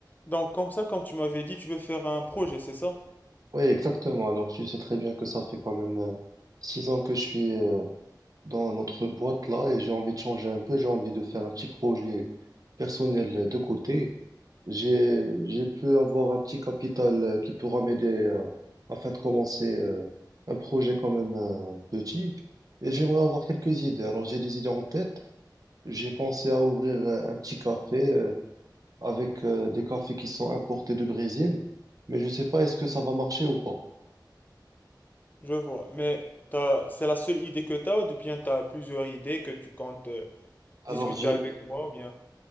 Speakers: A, on the left; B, on the right.
A: Donc comme ça, comme tu m'avais dit, tu veux faire un projet, c'est ça?
B: Oui, exactement. Alors, tu sais très bien que ça fait quand même euh, six ans que je suis euh, dans notre boîte là et j'ai envie de changer un peu. J'ai envie de faire un petit projet personnel euh, de côté. J'ai, j'ai pu avoir un petit capital euh, qui pourra m'aider euh, afin de commencer euh, un projet quand même euh, petit. Et j'aimerais avoir quelques idées. Alors, j'ai des idées en tête. J'ai pensé à ouvrir euh, un petit café euh, avec euh, des cafés qui sont importés de Brésil, mais je sais pas est-ce que ça va marcher ou pas.
A: Je vois. Mais t'as, c'est la seule idée que t'as ou bien t'as plusieurs idées que tu comptes euh,
B: Alors,
A: discuter
B: j'ai
A: avec moi ou bien?